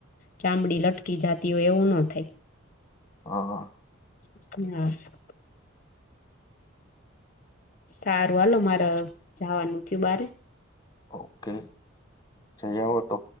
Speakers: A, on the left; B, on the left.
A: ચામડી લટકી જતી હોય એવું ન થાય.
B: હા.
A: <unintelligible> સારું હાલો મારે જવાનું થયું બારે.
B: ઓકે જઈ આવો તો.